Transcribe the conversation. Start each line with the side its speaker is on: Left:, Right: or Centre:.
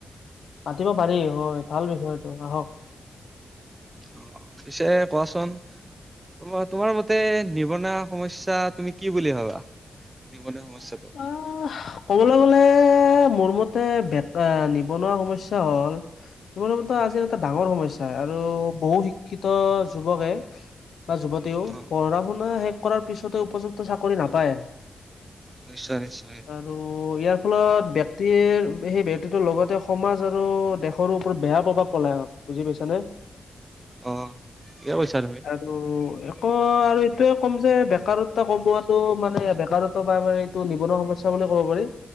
Left: পাতিব পাৰি হয় ভাল বিষয় এইটো আহক।
Right: অহ, পিছে কোৱাচোন? তোমাৰ-তোমাৰ মতে নিবনুৱা সমস্যা তুমি কি বুলি ভাব? নিবনুৱা সমস্যাটো।
Left: অহ। ক'বলৈ গ'লে মোৰ মতে বেতা নিবনুৱা সমস্যাটো হ'ল মোৰ মতে আজিৰ এটা ডাঙৰ সমস্যা আৰু বহু শিক্ষিত যুৱকে বা যুৱতীও
Right: অ
Left: পঢ়া শুনা শেষ কৰাৰ পিছতে উপযুক্ত চাকৰি নাপায়।
Right: নিশ্চয়, নিশ্চয়।
Left: আৰু ইয়াৰ ফলত ব্যক্তিৰ সেই ব্যৰ্থটোৰ লগতে সমাজ আৰু দেশ দেশৰ ওপৰত বেয়া প্ৰভাৱ পেলায় আৰু বুজি পাইছানে?
Right: অহ, ঠিকে কৈছা তুমি।
Left: আৰু একো আৰু এইটোয়ে কম যে বেকাৰত্ব কমোৱাটো মানে বেকাৰত্ব বা মানে টো নিবনুৱা সমস্যা বুলি ক'ব পাৰি।